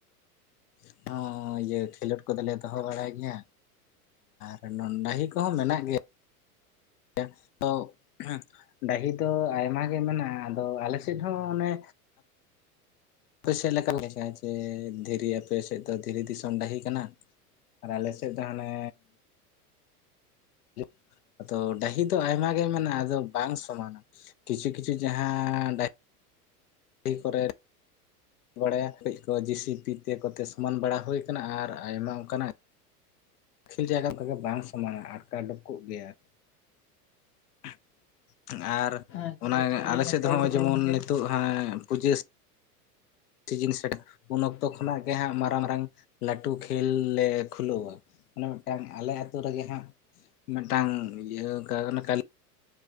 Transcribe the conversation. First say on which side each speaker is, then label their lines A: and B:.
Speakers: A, on the left (about 70°); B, on the left (about 25°).
A: ᱦᱮᱸ ᱤᱭᱟᱹ ᱠᱷᱮᱞᱳᱰ ᱠᱚᱫᱚ ᱞᱮ ᱫᱚᱦᱚ ᱵᱟᱲᱟᱭ ᱜᱮᱭᱟ᱾ ᱦᱮᱸ ᱟᱨ ᱰᱟᱹᱦᱤ ᱠᱚᱦᱚᱸ ᱢᱮᱱᱟᱜ ᱜᱮᱭᱟ <inaudible> ᱛᱚ ᱦᱮᱸ, ᱰᱟᱹᱦᱤ ᱫᱚ ᱟᱭᱢᱟ ᱜᱮ ᱢᱮᱱᱟᱜᱼᱟ, ᱟᱫᱚ ᱟᱞᱮ ᱥᱮᱫ ᱦᱚᱸ ᱚᱱᱮ ᱟᱯᱮ ᱥᱮᱫ ᱞᱮᱠᱟᱱ ᱜᱮ, ᱪᱮ ᱪᱮ ᱫᱷᱤᱨᱤ ᱟᱯᱮ ᱥᱮᱫ ᱫᱚ ᱫᱷᱤᱨᱤ ᱫᱤᱥᱚᱢ ᱰᱟᱹᱦᱤ ᱠᱟᱱᱟ? ᱟᱨ ᱟᱞᱮ ᱥᱮᱫ ᱫᱚ ᱦᱟᱱᱮ <inaudible> ᱟᱫᱚ ᱰᱟᱹᱦᱤ ᱫᱚ ᱟᱭᱢᱟ ᱜᱮ ᱢᱮᱱᱟᱜᱼᱟ, ᱟᱫᱚ ᱵᱟᱝ ᱥᱚᱢᱟᱱᱟ᱾ ᱠᱤᱪᱷᱩᱼᱠᱤᱪᱷᱩ ᱡᱟᱦᱟᱸ ᱰᱟ <inaudible> ᱦᱤ ᱠᱚᱨᱮ ᱵᱟᱲᱟᱭᱟ ᱠᱟᱹᱡ ᱠᱚ ᱡᱤᱥᱤᱯᱤ ᱛᱮ ᱠᱚᱛᱮ ᱥᱚᱢᱟᱱ ᱵᱟᱲᱟ ᱦᱩᱭ ᱠᱟᱱᱟ ᱟᱨ ᱟᱭᱢᱟ ᱚᱱᱠᱟᱱᱟᱜ ᱠᱤᱪᱷᱩ ᱡᱟᱭᱜᱟ ᱠᱚᱫᱚ ᱵᱟᱝ ᱥᱚᱢᱟᱱᱟ ᱟᱴᱠᱟᱰᱚᱠ ᱠᱚᱜ ᱜᱮᱭᱟ᱾ <inaudible> ᱟᱨ
B: ᱟᱪᱪᱷᱟ
A: ᱚᱱᱟ
B: ᱟᱪᱪᱷᱟ ᱟᱹᱰᱤ
A: ᱟᱞᱮ
B: ᱱᱟᱯᱟᱭ
A: ᱥᱮᱫ ᱦᱚᱸᱜᱼᱚᱭ
B: ᱠᱟᱛᱷᱟ
A: ᱡᱮᱢᱚᱱ
B: ᱜᱚᱝᱠᱮ
A: ᱱᱤᱛᱚᱜ ᱯᱩᱡᱟᱹ ᱥᱤᱡᱤᱱ ᱥᱮᱴᱮᱨ ᱩᱱ ᱚᱠᱛᱚ ᱠᱷᱚᱱᱟᱜ ᱜᱮ ᱦᱟᱸᱜ ᱢᱟᱨᱟᱝᱼᱢᱟᱨᱟᱝ ᱞᱟᱹᱴᱩ ᱠᱷᱮᱞ ᱞᱮ ᱠᱷᱩᱞᱟᱹᱣᱟ᱾ ᱚᱱᱮ ᱢᱤᱫᱴᱟᱝ ᱟᱞᱮ ᱟᱹᱛᱩ ᱨᱮᱜᱮ ᱦᱟᱸᱜ ᱢᱤᱫᱴᱟᱝ ᱤᱭᱟᱹ ᱠᱟ-ᱚᱱᱠᱟ